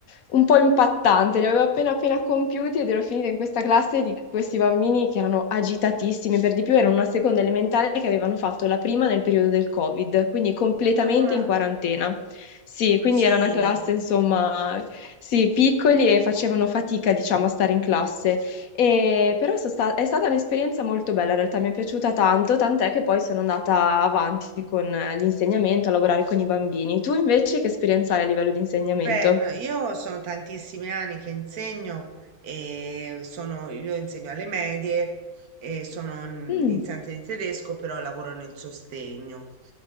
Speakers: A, on the left (about 70°); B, on the right (about 75°).
A: un po' impattante, li avevo appena appena compiuti ed ero finita in questa classe di questi bambini che erano agitatissimi, per di più erano una seconda elementare che avevano fatto la prima nel periodo del Covid, quindi completamente
B: Ah,
A: in quarantena. Sì,
B: piccini.
A: quindi era una classe, insomma, sì, piccoli e facevano fatica, diciamo, a stare in classe. E- però so sta- è stata un'esperienza molto bella, in realtà mi è piaciuta tanto, tant'è che poi sono andata avanti con eh, l'insegnamento, a lavorare con i bambini. Tu invece che esperienza hai a livello di insegnamento?
B: Beh, no, io sono tantissimi anni che insegno e sono, io insegno alle medie e sono un
A: Mm,
B: insegnante di tedesco, però lavoro nel sostegno.